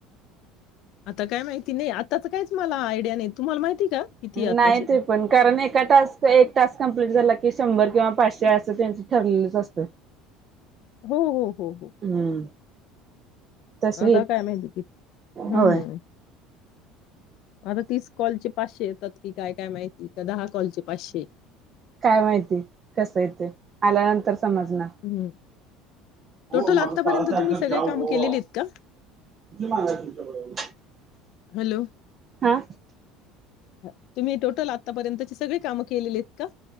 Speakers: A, on the left (about 65°); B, on the right (about 35°).
A: आता काय माहिती नाही आ त्याचं काहीच मला आयडिया नाही. तुम्हाला माहिती का किती आहे आत्ताचे?
B: नाही ते पण कारण एका टास्क एक टास्क कं <inaudible> झालं की शंभर किंवा पाचशे अस त्यांच ठरलेलंच असतं.
A: हो.. हो.. हो.. हो..
B: हम्म. तस येत
A: आता काय माहिती किती? हम्म्
B: होय
A: आता तीस कॉलचे पाशे येतात की काय? काय माहिती का दहा कॉलजचे पाचशे.
B: काय माहिती कस आहे? ते आल्यानंतर समजण
A: हं.
B: ओ
A: टोटल
B: माझा
A: आत्तापर्यंत
B: काळा चार्जर
A: तुम्ही सगळे
B: द्या ओ
A: कामं केलेली
B: किती
A: आहेत का?
B: मागायचं तुमच्याकडं
A: हॅलो.
B: हा
A: हं, तुम्ही टोटल आत्तापर्यंतची सगळी कामं केलेली आहेत का?